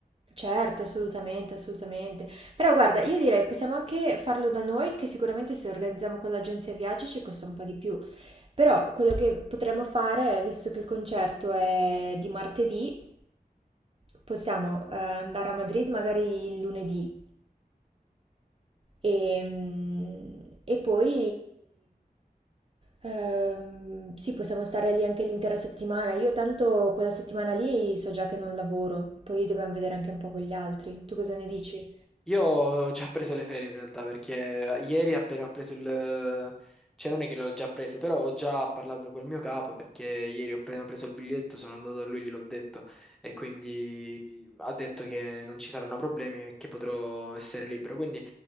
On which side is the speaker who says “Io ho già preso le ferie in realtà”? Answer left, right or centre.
Centre